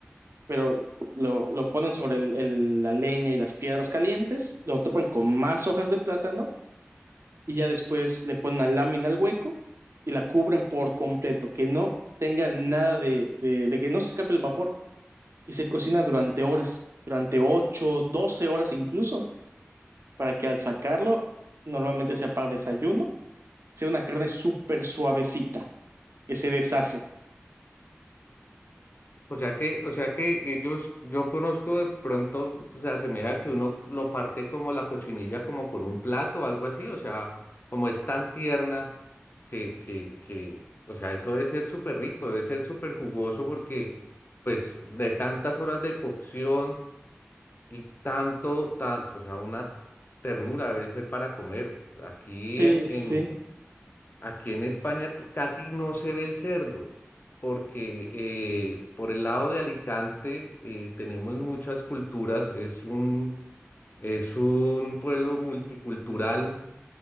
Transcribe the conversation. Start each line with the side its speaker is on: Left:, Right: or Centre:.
Right: pero lo, lo ponen sobre el- el- la leña y las piedras calientes, lo tapan con más hojas de plátano y ya después le ponen la lámina al hueco y la cubren por completo, que no tenga nada de, de de que no se escape el vapor. y se cocina durante horas, durante 8 12 horas incluso, para que al sacarlo, normalmente sea para desayuno, sea una carne súper suavecita, que se deshace.
Left: O sea que, o sea que ellos, yo conozco de pronto, se asemeja que uno lo parte como la cochinilla, como con un plato o algo así, o sea, como es tan tierna que, que, que, o sea, eso debe ser súper rico, debe ser súper jugoso porque, pues, de tantas horas de cocción y tanto, tan, o sea, una ternura debe ser para comer. Aquí
Right: Sí,
Left: en,
Right: sí,
Left: en,
Right: sí. <laughs>
Left: Aquí en España c- casi no se ve el cerdo, porque eh, por el lado de Alicante eh, tenemos muchas culturas, es un, es un pueblo multicultural,